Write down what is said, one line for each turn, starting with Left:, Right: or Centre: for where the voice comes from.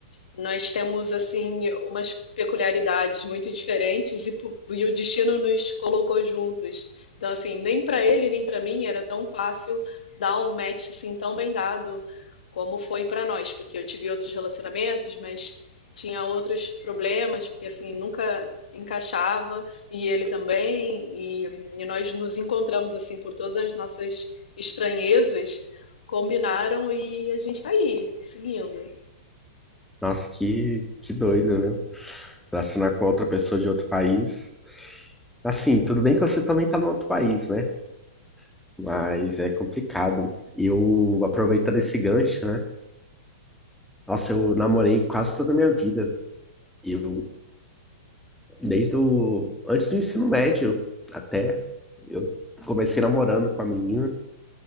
Left: nós temos assim umas peculiaridades muito diferentes e, pu- e o destino nos colocou juntos. Então assim, nem para ele nem para mim era tão fácil dar um match assim tão bem dado como foi para nós, porque eu tive outros relacionamentos, mas tinha outros problemas, porque assim nunca encaixava e ele também e, e nós nos encontramos assim por todas as nossas estranhezas, combinaram e a gente está aí, seguindo.
Centre: Nossa, que, que doido, né? relacionar com outra pessoa de outro país. Assim, tudo bem que você também tá no outro país, né? Mas é complicado. Eu, aproveitando esse gancho, né? Nossa, eu namorei quase toda a minha vida. Eu, desde o, antes do ensino médio até, eu comecei namorando com a menina.